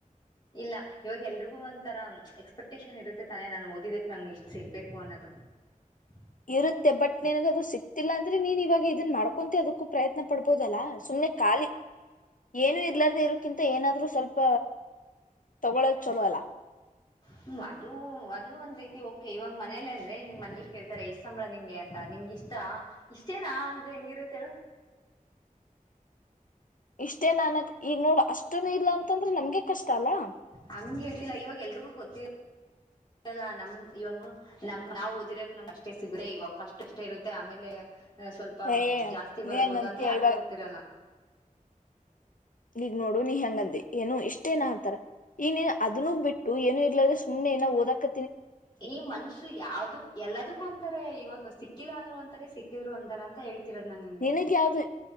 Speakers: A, on the left (about 30°); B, on the left (about 70°).
A: ಇಲ್ಲ ಇವಾಗ ಎಲ್ರಿಗೂ ಒಂಥರ ಎಕ್ಸ್ಪೆಕ್ಟೇಷನ್ ಇರುತ್ತೆ ತಾನೇ ನಾನು ಓದಿದ ನಮ್ಗೆ ಇಷ್ಟ್ ಸಿಗ್ಬೇಕು ಅನ್ನೋದು ಹ <unintelligible>
B: ಇರುತ್ತೆ ಬಟ್ ನನ್ಗ ಅದು ಸಿಕ್ತಿಲ್ಲ ಅಂದ್ರೆ ನೀನ್ ಇವಾಗ ಇದನ್ ಮಾಡ್ಕ ಕುಂತೆ ಅದಕ್ಕೂ ಪ್ರಯತ್ನ ಪಡ್ಬೋದಲ್ಲಾ ಸುಮಮ್ಮನೆ ಖಾಲಿ ಏನು ಇರ್ಲಾರ್ದ ಇರಕ್ಕಿಂತ ಏನಾದ್ರರು ಸ್ವಲ್ಪ ತಗೊಳೋದ ಚಲೋ ಅಲ್ಲ
A: ಹ್ಮ್ ಅದು ಅದನ್ನು ಒಂದ ರೀತಿಓಕೆವ್ ಮನೇಲಿೇ ಅನ್್ರೀ ಮನೇಲಿ ಕೇಳ್ತಾರೆ ಎಸ್ ಸಂಬಳ ನಿಂಗೆ ಅಂತ ನೀ ಹೆಂಗ ಇಷ್ಟ ಇಷ್ಟೇನಾ ಅಂದ್ರೆ ಹೆಂಗಿರುತ್ತ ಹೇಳೇಳು
B: ಇಷ್ಟೇ ನಾನಕ್ ಈಗ ನೋಡು ಅಷ್ಟನು ಇಲ್ಲ ಅಂತಂದ್ರೆ ನಮ್ಗೆ ಕಷ್ಟ ಅಲ್ಲಾ
A: ಹಂಗ ಹೇಳ್ತಿಲ್ಲ ಇವಾಗ ಎಲ್ರಿಗೂ ಗೊತ್ತ ಲ್ಲ ನಮ್ ಇವಾಗ ನಮ್ ನಾ್ ಓದಿರಕ್ ನಮ್ ಅಷ್ಟೇ ಸಿಗದೆೆ ಇವಾಗ ಫಸ್ಟ್ ಅಷ್ಟೇ ಇರುತ್ತೆ ಆಮೇಲೆ ಸ್ವಲ್ಪ
B: ಏ
A: ಜಾಸ್ತಿ
B: ನೀ
A: ಬರ್ಬೋದು
B: ಹಂಗಂತಿಯ
A: ಅಂತ ಯಾರಿಗೂ
B: ಇವಾಗ
A: ಗೊತ್ತಿರಲ್ಲ
B: ಈಗ ನೋಡು ನೀ ಹೆಂಗಂದಿ ಏನು ಇಷ್ಟೇನ ಅಂತಾರ ಈಗ ನೀನ್ ಅದನ್ನು ಬಿಟ್ಟು ಏನು ಇಲ್ಲದ್ರೆ ಸು್ನೆಏನ ಓದಕ
A: ಈ ಮನುಷ್ಯ ಯಾವ್ದಕ್ ಎಲ್ಲದಕ್ಕೂ ಅಂತಾರೆ ಇವಾಗ ಸಿಕ್ಕಿಲ್ಲ ಅಂದ್ರು ಒಂತಾರೆ ಸಿಕ್ ಿದ್ರು ಒಂದರ ಅಂತ ಹೇಳ್ತಿರೋದ್ ನಾ ನಿಮಗೆ
B: ನಿನಗ್ ಯಾವ್ದು